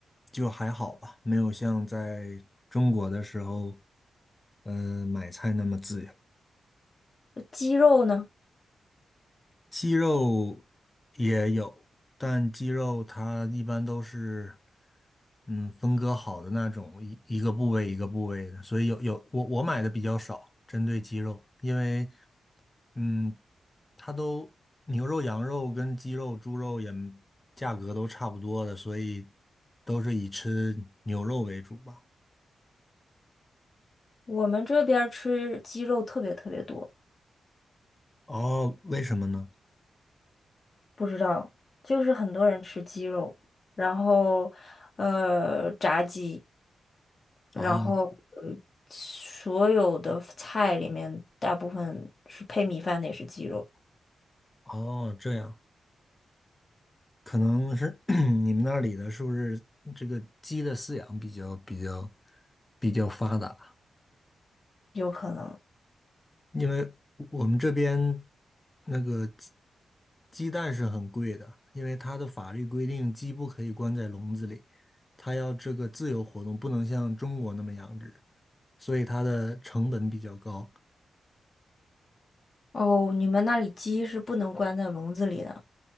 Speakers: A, on the left; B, on the left.
A: 就还好吧，没有像在中国的时候，嗯、买菜那么自由。
B: 呃鸡肉呢？
A: 鸡肉也有，但鸡肉它一般都是，嗯，分割好的那种，一一个部位一个部位的，所以有有我我买的比较少，针对鸡肉，因为，嗯，它都牛肉、羊肉跟鸡肉、猪肉也价格都差不多的，所以都是以吃牛肉为主吧。
B: 我们这边儿吃鸡肉特别特别多。
A: 哦，为什么呢？
B: 不知道，就是很多人吃鸡肉，然后呃炸鸡，然后呃所有的菜里面大部分是配米饭的，
A: 啊，
B: 也是鸡肉，
A: 哦，这样。可能是 <clears throat> 你们那里的是不是这个鸡的饲养比较比较比较发达？
B: 有可能。
A: 因为我们这边那个鸡鸡蛋是很贵的，因为它的法律规定鸡不可以关在笼子里，它要这个自由活动，不能像中国那么养殖，所以它的成本比较高。
B: 哦，你们那里鸡是不能关在笼子里的。